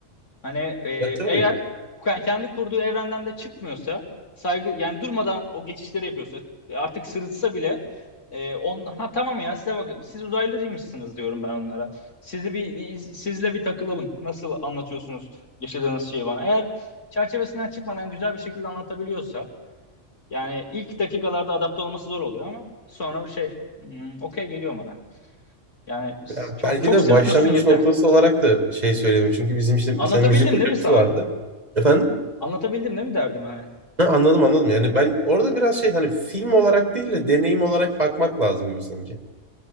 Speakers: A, on the left; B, on the right.
A: Hani e,
B: Ya tabii.
A: eğer ke- kendi kurduğu evrenden de çıkmıyorsa saygı yani durmadan o geçişleri yapıyorsa e, artık sırıtsa bile e, on ha tamam ya size bakın siz uzaylıymışsınız diyorum ben onlara. Sizi bir sizle bir takılalım. Nasıl anlatıyorsunuz yaşadığınız şeyi bana? Eğer çerçevesinden çıkmadan güzel bir şekilde anlatabiliyorsa yani ilk dakikalarda adapte olması zor oluyor ama sonra şey hmm, okey geliyor bana. Yani s-
B: Ya
A: çok
B: belki
A: çok
B: de
A: sırıtmasın
B: başlangıç
A: yeter.
B: noktası olarak da şey söyleyeyim. Çünkü bizim işte
A: Anlatabildim
B: bir tane müzik hocamız
A: değil mi sana?
B: vardı. Efendim?
A: Anlatabildim değil mi derdim hani?
B: Ha, anladım anladım. Yani ben orada biraz şey hani film olarak değil de deneyim olarak bakmak lazım gibi sanki.